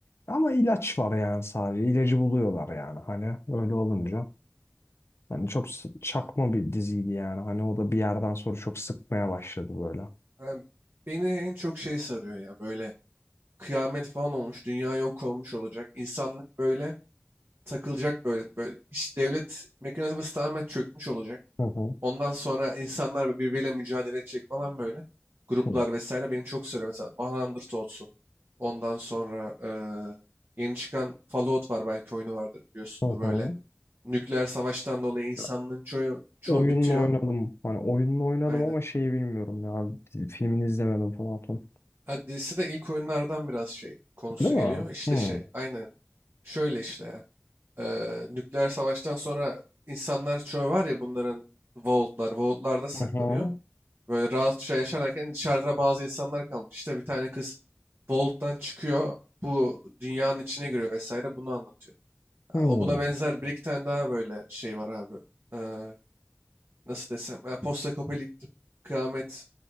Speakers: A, on the left; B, on the right.
A: Ama ilaç var yani sadece. İlacı buluyorlar yani hani öyle olunca. Yani çok s- çakma
B: Ha.
A: bir diziydi yani. Hani o da bir yerden sonra çok sıkmaya başladı böyle.
B: Ben- beni en çok şey sarıyor ya böyle kıyamet falan olmuş, dünya yok olmuş olacak. İnsanlık böyle takılacak böyle. Böyle iş devlet mekanizması tamamen çökmüş olacak.
A: Hı hı.
B: Ondan sonra insanlar birbiriyle mücadele edecek falan böyle. Gruplar
A: Hı
B: vesaire beni çok sarıyor. Mesela 100 olsun. Ondan sonra eee, yeni çıkan Fallout var belki oyunu vardır biliyorsundur.
A: hı.
B: Böyle
A: hı.
B: nükleer savaştan dolayı insanlığın
A: hı.
B: çoğu, çoğu
A: Oyununu
B: bitiyor.
A: oynadım. Hani oyununu oynadım
B: Aynen.
A: ama şeyi bilmiyorum ya. Filmini izlemedim Platon.
B: Adresi de ilk oyunlardan biraz şey konusu
A: Öyle mi?
B: geliyor. İşte
A: Hı.
B: şey aynen. Şöyle işte ya. Eee, nükleer savaştan sonra insanlar çoğu var ya bunların vaultlar. Vaultlarda saklanıyor.
A: Hı hı.
B: Böyle rahatça yaşarken dışarıda bazı insanlar kalmış. İşte bir tane kız Bolt'tan çıkıyor. Bu dünyanın içine giriyor vesaire bunu anlatıyor.
A: Hı.
B: Ha, o buna benzer bir iki tane daha böyle şey var abi. Ee, nasıl desem? Ya, postapokaliptik kıyamet